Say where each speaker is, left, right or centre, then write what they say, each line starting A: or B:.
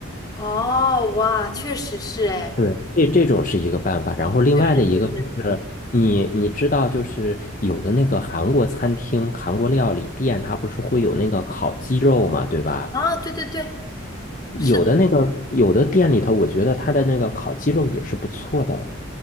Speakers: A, on the left; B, on the left.
A: 哦，哇，确实是哎，
B: 对，这这种是一个办法，然后另外的一个就是你你知道，
A: 确实确实
B: 就是有的那个韩国餐厅、韩国料理店，它不是会有那个烤鸡肉嘛，对吧？
A: 啊，对对对，是的。
B: 有的那个有的店里头，我觉得它的那个烤鸡肉也是不错的。